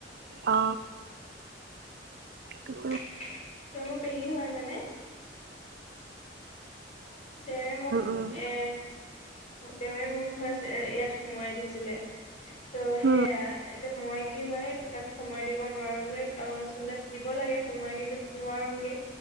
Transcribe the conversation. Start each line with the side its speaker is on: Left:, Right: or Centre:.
Right: অ। উম
Left: তেওঁ মোৰ পেহী হয় মানে। তেৱে মোক
Right: উম
Left: এ তেৱে মোক ধৰা ইয়াত সোমোৱাই দিছিলে। ত' সেয়া
Right: উম
Left: এতিয়া মই কি হয় ইমান সময় দিব নোৱাৰো যে আৰু আচলতে দিব <unintelligible> লাগে সময় কিন্তু নোৱাৰোগে